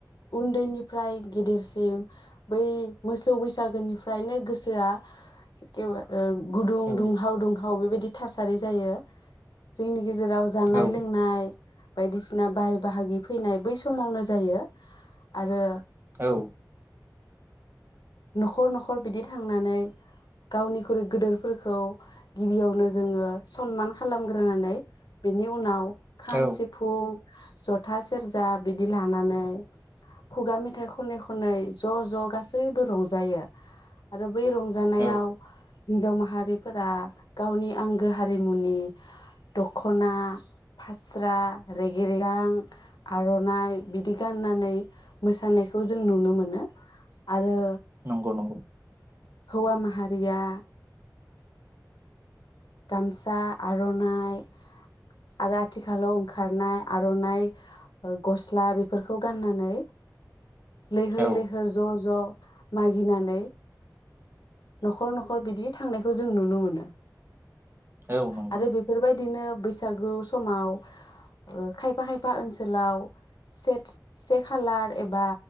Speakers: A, on the left; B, on the right.
A: उन्दैनिफ्राय गेदेरसिम बै मोसौ बैसागुनिफ्रायनो गोसोआ एखेबारे ओ गुदुं
B: औ
A: दुंहाव दुंहाव बेबाय दि थासारि जायो जोंनि गेजेराव जानाय
B: औ
A: लोंनाय बायदिसिना बाहाय बाहागि फैनाय बै समावनो जायो आरो
B: औ
A: न'खर न'खर बिदि थांनानै गावनिख्रुइ गोदोरफोरखौ गिबियावनो जोङो सनमान खालामग्रोनानै बेनि उनाव खाम
B: औ
A: सिफुं जथा सेरजा बिदि लानानै खुगा मेथाइ खनै खनै ज' ज' गासैबो रंजायो आरो बै रंजानायाव
B: औ
A: हिनजाव माहारिफोरा गावनि आंगो हारिमुनि दख'ना फास्रा रेगेरेगां आर'नाइ बिदि गाननानै मोसानायखौ जों नुनो मोनो आरो
B: नंगौ नंगौ।
A: हौवा माहारिया गामसा आर'नाइ आरो आथिखालाव ओंखारनाय आर'नाइ ओ गस्ला बेफोरखौ गाननानै लैहोर
B: औ
A: लैहोर ज' ज' मागिनानै न'खर न'खर बिदि थांनायखौ जों नुनो मोनो।
B: औ नंगौ
A: आरो बेफोरबायदिनो बैसागु समाव ओ खायफा खायफा ओनसोलाव सेथ से खालार एबा